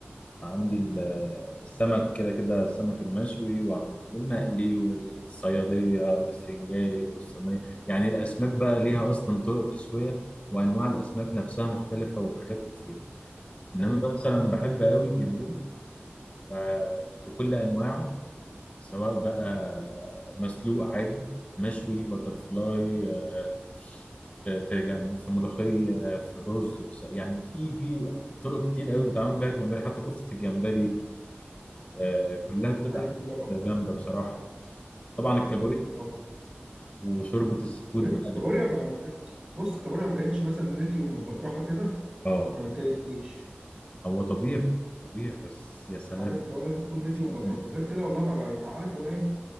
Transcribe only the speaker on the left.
عندي ال- آه، السمك كده كده السمك المشوي وعن- والمقلي والصياديه والسنجاري والصينيه يعني الاسماك بقى ليها اصلا طرق تسويه وانواع الاسماك نفسها مختلفه وحاجات كتير انما
بقى مثلا بحب قوي الجمبري آه، بكل انواعه سواء بقى مسلوق عادي مشوي بترفلاي آه، في في جم... في ملوخية في رز في س... يعني في في طرق كتير قوي بيتعمل بيها الجمبري حتى كفتة الجمبري آه، كلها بتبقى
حاجات جامدة بصراحة طبعا الكابوريا
وشوربة السفود
بقى
بالكريم
اه
هو طبيعي طبيعي بس يا سلام
يا سلام